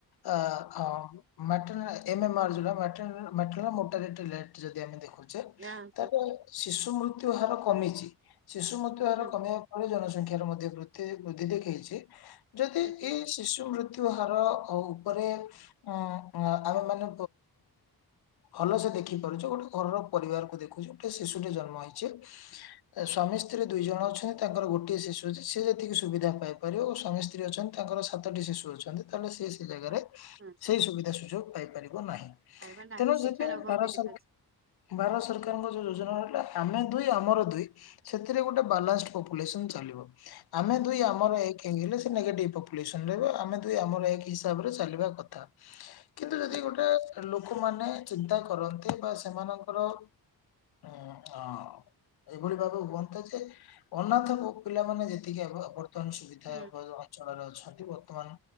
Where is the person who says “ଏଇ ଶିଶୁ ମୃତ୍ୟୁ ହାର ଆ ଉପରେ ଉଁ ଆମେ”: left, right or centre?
Left